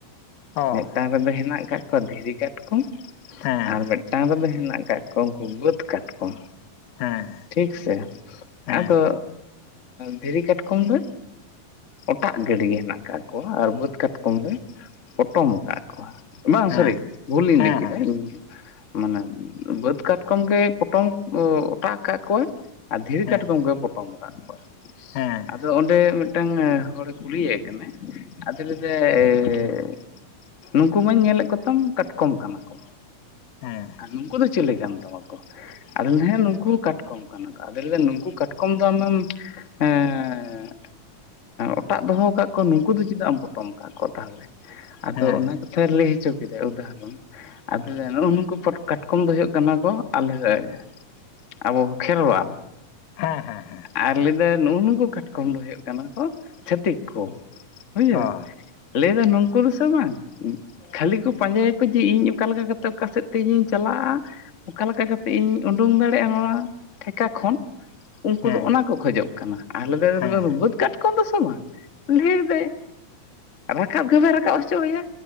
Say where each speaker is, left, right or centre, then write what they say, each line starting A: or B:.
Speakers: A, on the left; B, on the left.
A: ᱚ
B: ᱢᱤᱫᱴᱟᱝ ᱨᱮᱫᱚ ᱦᱮᱱᱟᱜ ᱠᱟᱜ ᱠᱚᱣᱟ ᱫᱷᱤᱨᱤ ᱠᱟᱴᱠᱚᱢ
A: ᱦᱮᱸ
B: ᱟᱨ ᱢᱤᱫᱴᱟᱱ ᱨᱮᱫᱚ ᱦᱮᱱᱟᱜ ᱠᱟᱜ ᱠᱚᱣᱟ ᱩᱱᱠᱩ ᱵᱟᱹᱫᱽ ᱠᱟᱴᱠᱚᱢ
A: ᱦᱮᱸ
B: ᱴᱷᱤᱠ ᱥᱮ
A: ᱦᱮᱸ
B: ᱟᱫᱚ ᱫᱷᱤᱨᱤ ᱠᱟᱴᱠᱚᱢ ᱫᱚ ᱚᱴᱟᱜ ᱜᱟᱹᱰᱤ ᱦᱮᱱᱟᱜ ᱟᱠᱟᱟᱜ ᱠᱚᱣᱟ ᱟᱨ ᱵᱟᱹᱫᱽ ᱠᱟᱴᱠᱚᱢ ᱞᱮ ᱯᱚᱴᱚᱢ ᱟᱠᱟᱫ ᱠᱚᱣᱟ ᱵᱟᱝ
A: ᱦᱮᱸ
B: ᱥᱚᱹᱨᱤ ᱵᱷᱩᱞ ᱤᱧ
A: ᱦᱮᱸ
B: ᱞᱟᱹᱭ ᱠᱮᱫᱟ
A: ᱦᱮᱸ
B: ᱤᱧ ᱜᱮ ᱢᱟᱱᱮ ᱵᱟᱹᱫᱽ ᱠᱟᱴᱠᱚᱢ ᱜᱮ ᱯᱚᱴᱚᱢ ᱚᱴᱟᱜ ᱟᱠᱟᱫ ᱠᱚᱣᱟᱭ ᱟᱨ ᱫᱷᱤᱨᱤ
A: ᱦᱮᱸ
B: ᱠᱟᱴᱠᱚᱢ ᱜᱮ ᱯᱚᱴᱚᱢ ᱟᱠᱟᱫ ᱠᱚᱣᱟ
A: ᱦᱮᱸ
B: ᱟᱫᱚ ᱚᱸᱰᱮ ᱢᱤᱫᱴᱟᱝ ᱦᱚᱲᱮ ᱠᱩᱞᱤᱭᱮ ᱠᱟᱱᱟ ᱟᱫᱚ ᱞᱟᱹᱭ ᱫᱟᱭ ᱱᱩᱸᱠᱩ ᱢᱟᱧ ᱧᱮᱞᱮᱫ ᱠᱚᱛᱟᱢ ᱠᱟᱴᱠᱚᱢ ᱠᱟᱱᱟ ᱠᱚ᱾
A: ᱦᱮᱸ
B: ᱱᱩᱝᱠᱩ ᱫᱚ ᱪᱤᱞᱮ ᱠᱟᱱ ᱛᱟᱢᱟ ᱠᱚ? ᱟᱫᱚ ᱦᱮᱸ ᱱᱩᱠᱩ ᱦᱚᱸ ᱠᱟᱴᱠᱚᱢ ᱠᱟᱱᱟ ᱟᱫ ᱱᱩᱠᱩ ᱠᱟᱴᱠᱚᱢ ᱫᱚ ᱟᱢᱮᱢ ᱦᱮᱸ ᱚᱴᱟᱜ ᱫᱚᱦᱚ ᱠᱟᱜ ᱱᱩᱠᱩ ᱫᱚ ᱪᱮᱫᱟᱜ ᱮᱢ ᱯᱚᱴᱚᱢ ᱟᱠᱟᱫ ᱠᱚᱣᱟ ᱛᱟᱦᱚᱞᱮ ᱟᱫᱚ
A: ᱦᱮᱸ
B: ᱚᱱᱟ ᱠᱟᱛᱷᱟ ᱞᱟᱹᱭ ᱦᱚᱪᱚ ᱠᱮᱫᱟᱭ ᱩᱫᱷᱟ ᱨᱚᱱ ᱟᱫᱚ ᱞᱟᱹᱭ ᱫᱟ ᱱᱩᱠᱩ ᱠᱟᱴᱠᱚᱢ ᱫᱚ ᱦᱩᱭᱩᱜ ᱠᱟᱱᱟ ᱠᱚ ᱟᱞᱮᱥᱮᱡ ᱟᱵᱚ ᱠᱷᱮᱨᱣᱟ
A: ᱦᱮᱸ ᱦᱮᱸ ᱦᱮᱸ
B: ᱟᱨ ᱞᱟᱹᱭ ᱫᱟ ᱱᱩᱜ-ᱩ ᱱᱩᱠᱩ ᱠᱟᱴᱠᱚᱢ ᱫᱚ ᱦᱳᱭᱳᱜ ᱠᱟᱱᱟ ᱠᱚ ᱪᱷᱟᱹᱛᱤᱠ ᱠᱚ ᱵᱩᱡᱟᱹ
A: ᱚ
B: ᱞᱟᱹᱭ ᱫᱟᱭ ᱱᱩᱝᱠᱩ ᱫᱚ ᱥᱮ ᱵᱟᱝ ᱠᱷᱟᱹᱞᱤ ᱠᱚ ᱯᱟᱸᱡᱟᱭᱟᱠᱚ ᱡᱮ ᱤᱧ ᱚᱠᱟ ᱞᱮᱠᱟ ᱠᱟᱛᱮᱫ ᱚᱠᱟ ᱥᱮᱫ ᱛᱮ ᱤᱧᱤᱧ ᱪᱟᱞᱟᱜᱼᱟ ᱚᱠᱟ ᱞᱮᱠᱟ ᱠᱟᱛᱮᱜ ᱤᱧ ᱳᱰᱳᱝ ᱫᱟᱲᱮᱭᱟᱜᱼᱟ ᱱᱚᱣᱟ ᱴᱷᱮᱠᱟ ᱠᱷᱚᱱ ᱩᱝᱠᱩ
A: ᱦᱮᱸ
B: ᱫᱚ ᱚᱱᱟ ᱠᱚ ᱠᱷᱳᱡᱚᱜ ᱠᱟᱱᱟ ᱟᱞᱮ <unintelligible>
A: ᱦᱮᱸ
B: ᱵᱟᱹᱛ ᱠᱟᱴᱠᱚᱢ ᱫᱚ ᱥᱚᱢᱟᱱ᱾ ᱰᱷᱮᱹᱨ ᱫᱟᱹᱭ ᱨᱟᱠᱟᱵ ᱜᱮᱵᱟᱭ ᱨᱟᱠᱟᱵ ᱦᱚᱪᱚ ᱟᱭᱟ